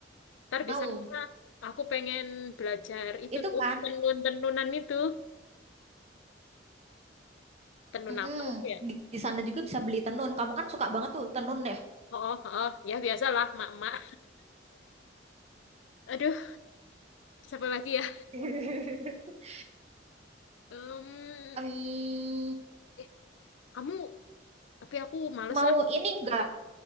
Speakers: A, on the left; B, on the right.
A: Ntar
B: Mau.
A: di sana aku pengen belajar itu
B: Itu
A: tuh
B: kan.
A: tenun-tenunan itu. Tenun
B: Mm-mm.
A: apa itu ya?
B: Di, di sana juga bisa beli tenun. Kamu kan suka banget tuh tenun ya.
A: Oh, oh, oh. ya biasalah mak-mak. Aduh, siapa lagi ya?
B: <laughs>
A: Em,
B: Em,
A: eh, kamu, tapi aku males
B: mau
A: ah.
B: ini enggak?